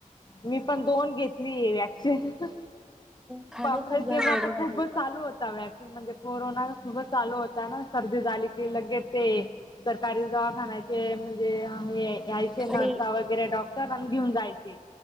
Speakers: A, on the left; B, in the centre.
A: मी पण दोन घेतली व्याक्शन
B: खाणं
A: बापरे!
B: खूप घाणेरडं
A: तेव्हा आ
B: झालेलं
A: खूप चालू होता वॅक्सिंग म्हणजे कोरोन चालू होता ना सर्दी झाली की लगे ते सरकारी दवाखान्याचे म्हणजे यायचे
B: आणि
A: नर्स वगैरे डॉक्टर आणि घेऊन जायचे.